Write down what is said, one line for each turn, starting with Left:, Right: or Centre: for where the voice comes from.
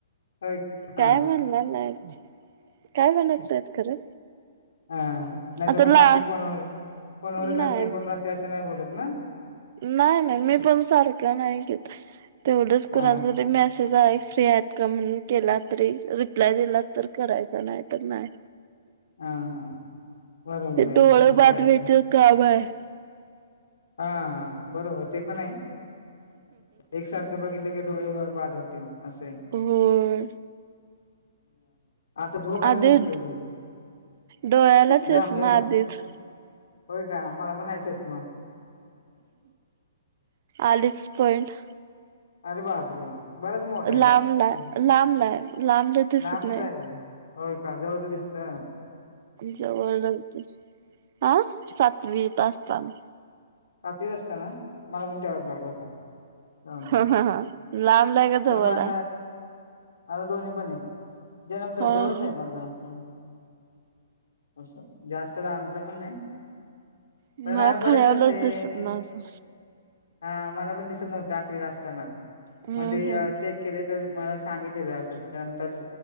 Left: होय हा
Right: काय म्हणणार नाहीत काय म्हणत नाहीत खरं
Left: आ हा नाही
Right: आता
Left: तर मग
Right: ला
Left: सारखी पोवर पोनवरच
Right: नाही
Left: असते पोनवर असते असे नाही बोलत ना
Right: नाही नाही मी पण सारखं नाही घेत तेवढंच कुणाचा
Left: हा
Right: जरी मॅस सेज आल फ्री आहेत का म्हणून केला तरी रिप्लाय दिला तर करायचा नाही तर नाही
Left: हा हा बरोबर
Right: हे
Left: आहे
Right: डोळ
Left: मग
Right: बाद
Left: काय
Right: व्हायचं
Left: तर
Right: काम आहे.
Left: हा बरोबर ते पण आहे, एकसारखं बघितलं ग डोळेव बाध होतील असे
Right: होय
Left: आता झोप आलेली
Right: आधी
Left: दिसते तुला
Right: डोळ्याला चष्मा
Left: जांबस
Right: आधीच
Left: होय का मला पण हाय चेशमा
Right: आलीस पण
Left: अरे बापरे बराच मोठा आहे
Right: लांबला लांबलाय लांबला दिसत
Left: लांबचा
Right: नाही
Left: आहे होय का जवळच दिसतय
Right: जवळन हं आ सातवीत असताान
Left: सातवीत असताना मला पण तेव्हाच लागला होता. दन
Right: ह ह ह लांबला आहे का
Left: पण
Right: जवळला
Left: माझ
Right: आहे?
Left: माझ दोन्ही पण आहे जन्म तर
Right: हा
Left: जवळच
Right: हा.
Left: आहे माझा ह असं जास्त दा आमच पण नाही
Right: मला
Left: पण माझ बरेच
Right: फळ्यावलंच
Left: वर्ष आहे.
Right: दिसत माझं.
Left: हा मला पण दिसत नव्हतं आठवीला असताना
Right: हम्म
Left: म्हणजे
Right: हम्म
Left: चेक केले तर मला सांगितलेलं असंच जन्मताच